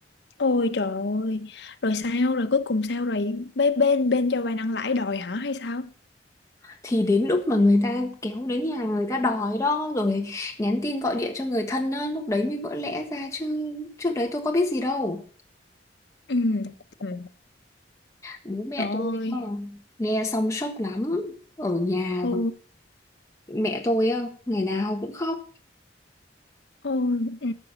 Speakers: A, on the left; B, on the left.
A: Ôi trời ơi, rồi sao, rồi cuối cùng sao rồi? Bên bên, bên cho vay nặng lãi đòi hả hay sao?
B: thì đến lúc mà người ta kéo đến nhà người ta đòi đó rồi nhắn tin gọi điện cho người thân á, lúc đấy mới vỡ lẽ ra chứ trước đấy tôi có biết gì đâu
A: Ừ. Ừ.
B: bố mẹ
A: Trời ơi.
B: tôi ờ, nghe xong sốc lắm ở nhà
A: Ừ.
B: mẹ tôi á, ngày nào cũng khóc
A: Ôi, ừ.